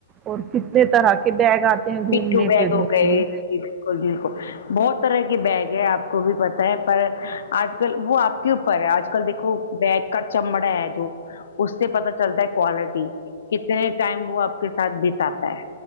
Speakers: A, on the right; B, on the left.
A: اور کتنے طرح کے بیگ آتے ہیں گھومنے
B: پٹھو بیگ
A: پھرنے
B: ہو گئے
A: کے لیے
B: بالکل بالکل بہت طرح کے بیگ ہیں آپ کو بھی پت ہے پر آج کل وہ آپ کے اوپر ہے آج کل دیکھو بیگ کا چمڑا ہے جو اس سے پتا چلتا ہے کوالٹی کتنے ٹائم وہ آپ کے ساتھ بتا تا ہے